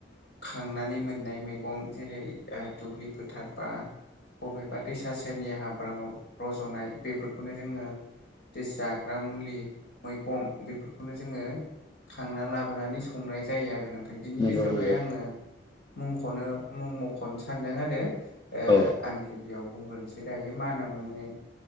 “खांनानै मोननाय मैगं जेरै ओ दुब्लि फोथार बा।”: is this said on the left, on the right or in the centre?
Left